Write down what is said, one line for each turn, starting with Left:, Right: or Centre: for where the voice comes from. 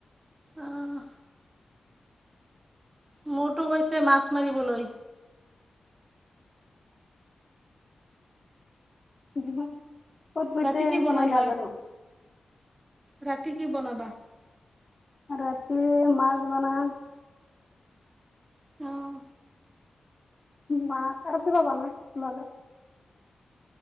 Right: আহ মোৰতো গৈছে মাছ মাৰিবলৈ,
Left: মান কত গৈছে
Right: ৰাতি কি বনাবা
Left: মই নাজানো?
Right: ৰাতি কি বনাবা?
Left: ৰাতি মাছ বনাম।
Right: আহ
Left: মাছ আৰু কিবা বনাম লগত।